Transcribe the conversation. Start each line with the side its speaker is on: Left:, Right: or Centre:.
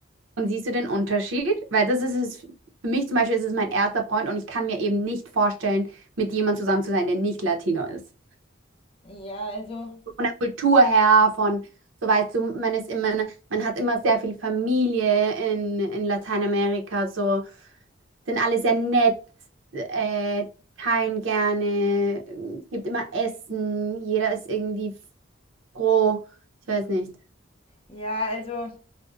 Right: Und siehst du den Unterschied? Weil das ist es, für mich zum Beispiel ist es mein erster Freund und ich kann mir eben nicht vorstellen, mit jemandem zusammen zu sein, der nicht Latino ist.
Left: ja, also,
Right: Von der Kultur her, von, so weißt du, man ist immer, man hat immer sehr viel Familie in, in Lateinamerika, so. sind alle sehr nett, äh, teilen gerne, gibt immer Essen, jeder ist irgendwie froh. Ich weiß nicht.
Left: ja, also,